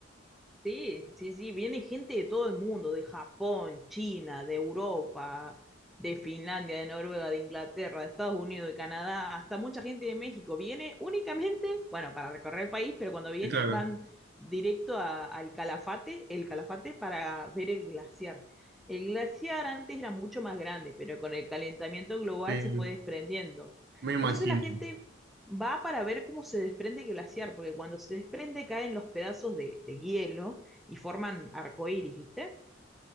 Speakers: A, in the centre; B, on the right.
A: Sí, sí, sí, viene gente de todo el mundo, de Japón, China, de Europa, de Finlandia, de Noruega, de Inglaterra, de Estados Unidos, de Canadá, hasta mucha gente de México. Viene únicamente, bueno, para recorrer el país, pero cuando viene
B: Sí, claro.
A: van directo a- al Calafate, el Calafate para ver el glaciar. El glaciar antes era mucho más grande, pero con el calentamiento global
B: Sí,
A: se fue desprendiendo.
B: me imagino.
A: Entonces la gente Va para ver cómo se desprende el glaciar, porque cuando se desprende caen los pedazos de, de hielo y forman arcoíris, ¿viste?